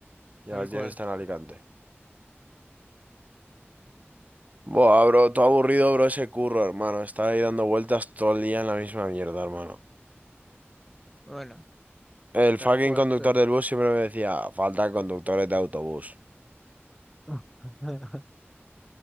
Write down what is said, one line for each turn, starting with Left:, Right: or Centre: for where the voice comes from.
Centre: tal
Right: y a las
Centre: cual.
Right: 10 está en Alicante. Buah, bro, todo aburrido, bro, ese curro, hermano. Estaba ahí dando vueltas todo el día en la misma mierda, hermano.
Centre: Bueno.
Right: El
Centre: Tal
Right: fucking
Centre: cual,
Right: conductor
Centre: pero.
Right: del bus siempre me decía, falta conductores de autobús.
Centre: <laughs>